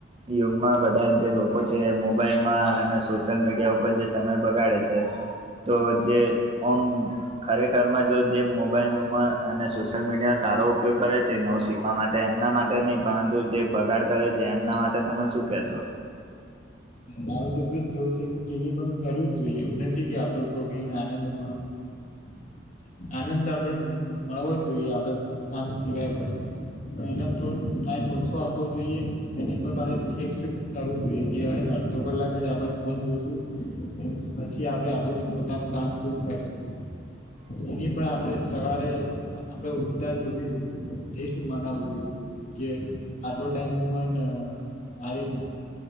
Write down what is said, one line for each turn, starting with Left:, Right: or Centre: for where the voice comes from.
Right: યુગમાં બધા જે લોકો છે. મોબાઈલમાં અને સોશિયલ મીડિયા ઉપર જે સમય બગાડે છે. તો જે ઓમ ખરેખરમાં જો. જે મોબાઈલમાં અને સોશિયલ મીડિયાનો સારો ઉપયોગ કરે છે નવું શીખ ના એમના માટે એમના માટે નહી પરંતુ જે બગાડ કરે છે. એમના માટે તમે શું કેશો?
Left: મારું તો એટલું જ કેવું છે એ પણ કરવું જ જોઈએ એવું નથી કે આપડું એને આનંદ મળ <inaudible> આનંદ તો આપડે મળવો જ જોઈએ આપડે આમ સિવાય પણ પણ એના થોડું ટાઈમ. ઓછો આપવો જોઈએ અને એમાં ફિક્સ કરવું જોઈએ. ને અડધો કલાક જ આપડે ફોન જોશું પછી આપડે આપડું જે પોતાનું કામ છે. કરશું. એની પણ આપણેે સવારે આપડે ઉઠતા જ બધી લીસ્ટ મનાવું જોઈએ. કે આટલો ટાઈમ હું એન મારી.